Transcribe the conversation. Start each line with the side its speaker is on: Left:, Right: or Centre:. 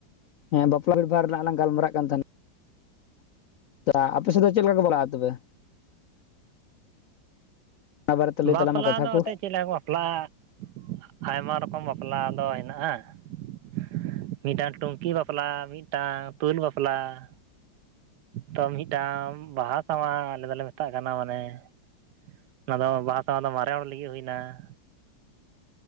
Left: ᱦᱮᱸ, ᱵᱟᱯᱞᱟ, ᱵᱤᱵᱷᱟᱨ ᱨᱮᱱᱟᱜ ᱞᱟᱝ ᱜᱟᱞᱢᱟᱨᱟᱜ ᱠᱟᱱ ᱛᱟᱦᱮᱱᱟ ᱾ <unintelligible> ᱟᱯᱮ ᱥᱮᱫ ᱫᱚ ᱪᱮᱫ ᱞᱮᱠᱟ ᱠᱚ ᱵᱟᱯᱞᱟᱜᱻᱟ ᱛᱚᱵᱮ? ᱚᱱᱟ ᱵᱟᱨᱮᱛᱮ ᱞᱟᱹᱭ
Right: ᱵᱟᱯᱞᱟ
Left: ᱛᱟᱞᱟᱝ ᱢᱮ ᱠᱟᱛᱷᱟ
Right: ᱫᱚ
Left: ᱠᱚ
Right: ᱚᱛᱮ ᱪᱮᱫ ᱞᱮᱠᱟ? ᱠᱚ ᱵᱟᱯᱞᱟᱜᱼᱟ ᱾ ᱟᱭᱢᱟ ᱨᱚᱠᱚᱢ, ᱵᱟᱯᱞᱟ ᱫᱚ ᱦᱮᱱᱟᱜᱼᱟ ᱾ ᱢᱤᱫᱴᱟᱝ, ᱴᱩᱝᱠᱤ ᱵᱟᱯᱞᱟ, ᱢᱤᱫᱴᱟᱝ ᱛᱩᱞ ᱵᱟᱯᱞᱟ ᱾ ᱛᱚ, ᱢᱤᱫᱴᱟᱝ ᱵᱟᱦᱟ ᱥᱟᱶᱦᱟ, ᱟᱞᱮ ᱫᱚᱞᱮ ᱢᱮᱛᱟᱜ ᱠᱟᱱᱟ, ᱢᱟᱱᱮ ᱾ ᱚᱱᱟ ᱫᱚ, ᱵᱟᱦᱟ ᱥᱟᱶᱦᱟ ᱫᱚ ᱢᱟᱨᱮ ᱦᱚᱲ ᱞᱟᱹᱜᱤᱫ ᱦᱩᱭ ᱮᱱᱟ ᱾